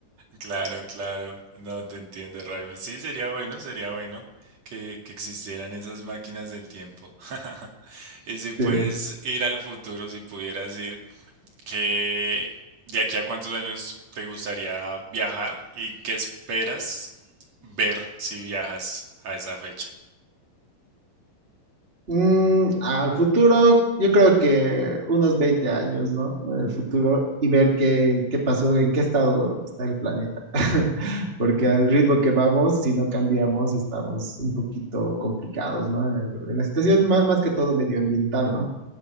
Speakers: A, on the right; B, on the right.
A: Claro, claro. No te entiendo, Raimi. Sí, sería bueno, sería bueno que, que existieran esas máquinas del tiempo. <laughs> Y si puedes
B: Sí.
A: ir al futuro, si pudieras ir, ¿qué? de aquí a cuántos años te gustaría viajar y qué esperas ver si viajas a esa fecha.
B: Mm, al futuro, yo creo que unos 20 años, ¿no? En el futuro y ver qué, qué pasó, en qué estado está el planeta. <laughs> Porque al ritmo que vamos, si no cambiamos, estamos un poquito complicados, ¿no? En, el- en la situación ma- más, que todo medioambiental, ¿no?